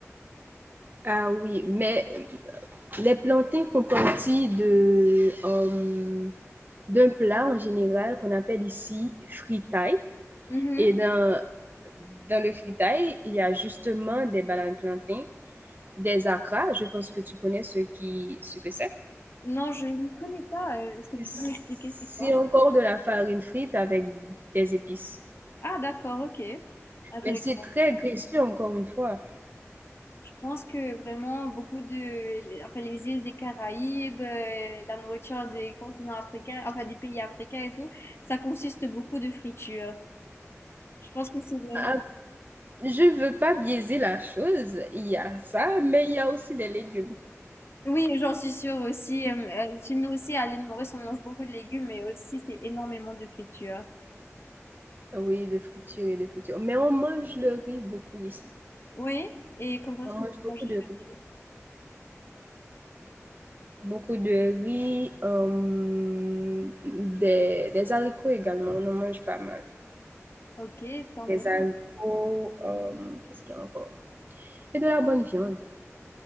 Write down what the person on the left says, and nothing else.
Mhm.
Non, je ne connais pas. euh, Est-ce que tu
peux m'expliquer c'est quoi?
Ah, d'accord, ok. Intéressant.
Je pense que vraiment beaucoup de, enfin, les îles des Caraïbes, euh, la nourriture des continents africains, enfin des pays africains et tout, ça consiste beaucoup de friture. Je pense que c'est vraiment.
Oui, j'en suis sûre aussi. euh, euh, chez nous aussi, à l'île Maurice, on mange beaucoup de légumes, mais aussi c'est énormément de friture.
Oui, et comment
est-ce que
vous
mangez
le
riz?
Ok, tant
mieux.